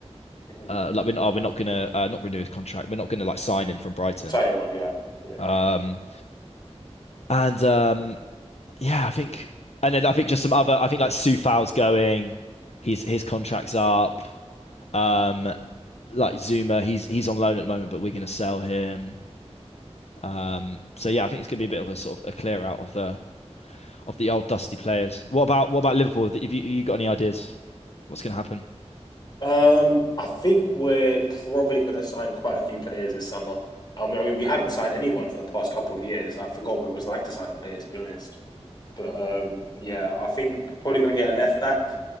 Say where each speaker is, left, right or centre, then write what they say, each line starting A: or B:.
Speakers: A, on the left (about 40°); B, on the left (about 70°).
A: Mhm.
B: Uh, like we're not, we're not going to uh, not renew his contract. We're not going to like sign him from Brighton.
A: Tiny one. Yeah. Yeah.
B: Um, and um, yeah, I think, and then I think just some other. I think like Sufao's going. His his contract's up. Um, like Zuma, he's he's on loan at the moment, but we're going to sell him. Um, so yeah, I think it's going to be a bit of a sort of a clear out of the of the old dusty players. What about what about Liverpool? Have you you got any ideas? What's going to happen?
A: Um, I think we're probably going to sign quite a few players this summer. I mean, I mean, we haven't signed anyone for the past couple of years. I forgot what it was like to sign a player, to be honest. But um, yeah, I think probably going to get a left back